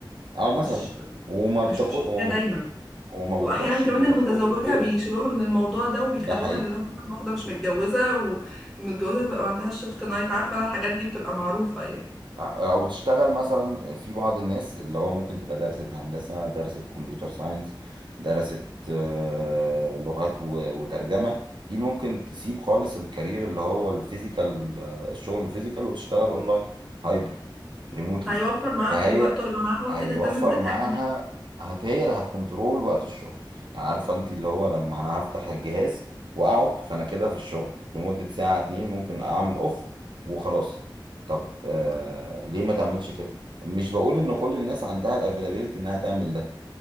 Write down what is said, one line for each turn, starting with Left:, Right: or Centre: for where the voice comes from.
Right: اه مثلا
Centre: مش
Right: وما
Centre: مش
Right: بتاخد
Centre: مش
Right: وما
Centre: حاجه دايما
Right: بت- وما
Centre: واحيانا
Right: بتروحش
Centre: كمان
Right: الشغل
Centre: المتزوجه
Right: كل يوم
Centre: بيشيلوها من الموضوع ده وبيخلوها
Right: ده حقيقي
Centre: للي هو مثلا واحده مش متجوزه والمتجوزه تبقى ما عندهاش شيفت نايت عارفه انا الحاجات دي بتبقى معروفه يعني
Right: ع- او تشتغل مثلا في بعض الناس اللي هو ممكن تبقى درست هندسه درست كمبيوتر ساينس درست آه، لغات و- وترجمه دي ممكن تسيب خالص الكارير اللي هو الفيزيكال آه، الشغل الفيزيكال وتشتغل اونلاين هايبرد ريموتلي
Centre: هيوفر معاها
Right: فهي
Centre: في الوقت ويبقى معاها وقت
Right: هيوفر
Centre: تهتم ببيتها
Right: معاها
Centre: كمان
Right: هت هي اللي هتكنترول وقت الشغل يعني عارفه انت اللي هو لما انا هفتح الجهاز واقعد فانا كده في الشغل لمده ساعه اتنين ممكن اعمل اوف وخلاص طب آه ليه ما تعملش كده مش بقول ان كل الناس عندها الافيلابيلتي انها تعمل ده